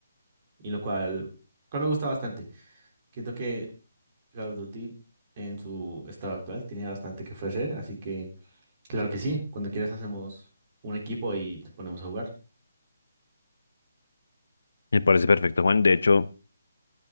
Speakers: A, on the right; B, on the left.
A: y lo cual, cual me gusta bastante. Siento que Call of Duty en su estado actual tiene bastante que ofrecer, así que claro que sí, cuando quieras hacemos un equipo y te ponemos a jugar.
B: Me parece perfecto, Juan. De hecho,